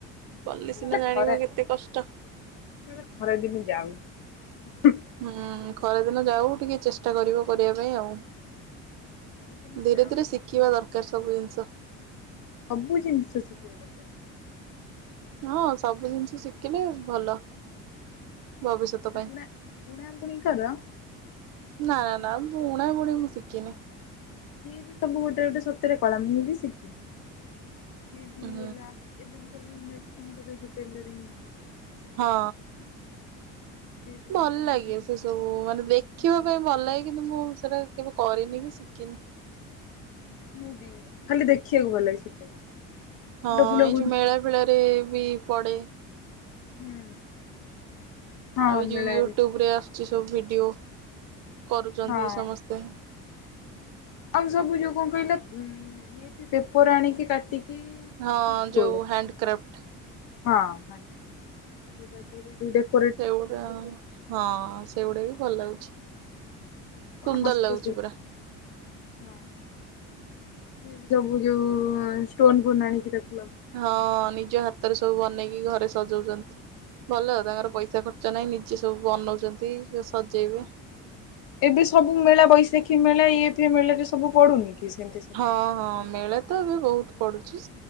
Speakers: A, on the right (about 65°); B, on the left (about 70°).
A: କଲେ
B: ନହେଲେ
A: ସିନା ଜାଣିବ
B: ଖରା
A: କେତେ କଷ୍ଟ।
B: ନହେଲେ ଖରେ ଦିନେ ଯାଉ।
A: ହୁଁ ଖରାଦିନ ଯାଉ ଟିକେ ଚେଷ୍ଟା କରିବ କରିବା ପାଇଁ ଆଉ।
B: ଖରା ଦିନେ
A: ଧୀରେ
B: ଯାଉ
A: ଧୀରେ ଶିଖିବା ଦରକାର ସବୁ ଜିନିଷ।
B: ସବୁ ଜିନିଷ ଶିକିବା ଦରକାରେ।
A: ହଁ ସବୁ ଜିନିଷ ଶିଖିଲେ ଭଲ। ଭବିଷ୍ୟତ ପାଇଁ।
B: ବୁଣା ବୁଣା ବୁଣି କର?
A: ନା ନା ବୁଣା ବୁଣୀ ମୁଁ ଶିକିନି।
B: ସିଏ ବି ସବୁ ଗୋଟେ ଗୋଟେ ସତରେ କଳା ମୁଁ ବି ଶିଖିନି ସି ଏବି
A: ହୁଁ।
B: ଏବେ ବି ସବୁ ମେସିନୀ ଗୋଟେ ଯୋଉ ଟେଲରିଙ୍ଗ।
A: ହଁ।
B: ସିଏ ବି
A: ଭଲ
B: ସବୁ ମୁଁ
A: ଲାଗେ
B: ବି
A: ସେସବୁ। ଓ ମାନେ ଦେଖିବା ପାଇଁ ଭଲ ଲାଗେ କିନ୍ତୁ ମୁଁ ସେଟା କେବେ କରିନି କି ଶିଖିନି।
B: ମୁଁ ବି ଖାଲି ଦେଖିବାକୁ ଭଲ ଲାଗେ ସତରେ। ଫୁଲ
A: ହଁ
B: ଫୁଲ
A: ଏଇ
B: ଗୁ
A: ଯୋଉ ମେଳା ଫେଳାରେ ବି ପଡ଼େ।
B: ହୁଁ। ହଁ
A: ଆଉ ଯୋଉ
B: ମେଳାରେ
A: ୟୁଟ୍ୟୁବ ରେ ଆସୁଛି ସବୁ ଭିଡିଓ କରୁଚନ୍ତି
B: ହଁ
A: ସମସ୍ତେ।
B: ଆଉ ସବୁ ଯୋଉ କଣ କହିଲେ ଉଁ ଏ ଫି ପେପର ଆଣିକି କାଟିକି <unintelligible>
A: ହଁ
B: କିଷ୍ଟ
A: ଯୋଉ
B: ବଡ।
A: ହ୍ୟାଣ୍ଡ କ୍ରାଫ୍ଟ
B: ହଁ ଦୁଇଟା ଦୁରି ଦୁଇଟାକୁ
A: ସେଗୁଡା ହଁ ସେଗୁଡା ବି ଭଲ ଲାଗୁଛି।
B: କଣ
A: ସୁନ୍ଦର
B: ହସ୍ତ
A: ଲାଗୁଛି
B: ଶିଳ୍ପ।
A: ପୁରା।
B: ହଁ ସିପି ସବୁ ଯୋଉ ଷ୍ଟୋନ ଫୋନ ଆଣିକି ରଖି। <unintelligible>
A: ହଁ ନିଜ ହାତରେ ସବୁ ବନେଇକି ଘରେ ସଜଉଛନ୍ତି। ଭଲ ତାଙ୍କର ପଇସା ଖର୍ଚ୍ଚ ନାହିଁ ନିଜେ ସବୁ ବନଉଛନ୍ତି ସଜେଇବେ।
B: ଏବେ ସବୁ ମେଳା ବୈଶାଖୀ ମେଳା ଇଏଫିଏ ମେଳାରେ ସବୁ ପଡୁନି କି। ସେମିତି ସବୁ
A: ହଁ
B: ଜିନିଷ।
A: ହଁ ମିଳା। ତ ଏବେ ବହୁତ ପଡୁଛି